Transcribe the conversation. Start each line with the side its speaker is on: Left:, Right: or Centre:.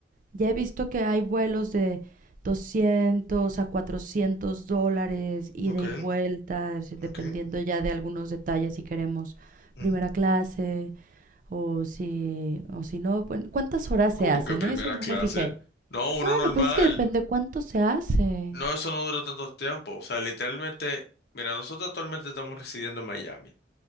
Right: ya he visto que hay vuelos de 200 a 400 dólares, ida
Left: Ok,
Right: y vuelta, es- decir, dependiendo
Left: ok.
Right: ya de algunos detalles si queremos
Left: ujú.
Right: primera clase o si, o si no. Bueno, ¿cuántas horas se
Left: ¿Cómo
Right: hacen?
Left: que primera
Right: eh? Eso no
Left: clase?
Right: me fijé.
Left: No, uno
Right: Bueno,
Left: normal.
Right: pues es que depende cuánto se hace.
Left: No, eso no dura tanto tiempo. O sea, literalmente, mira, nosotros actualmente estamos residiendo en Miami.